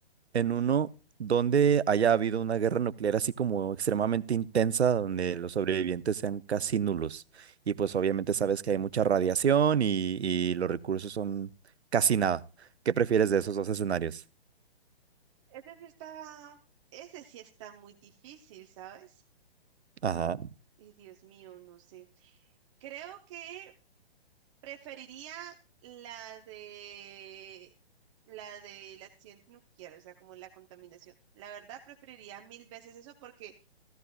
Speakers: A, on the right; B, on the right.
A: en uno donde haya habido una guerra nuclear así como extremadamente intensa, donde los sobrevivientes sean casi nulos. Y pues obviamente sabes que hay mucha radiación y, y los recursos son casi nada. ¿Qué prefieres de esos dos escenarios?
B: Ese sí está, ese sí está muy difícil, ¿sabes?
A: Ajá,
B: Ay, Dios mío, no sé. Creo que preferiría la de la del accidente nuclear, o sea, como la contaminación. La verdad, preferiría mil veces eso porque,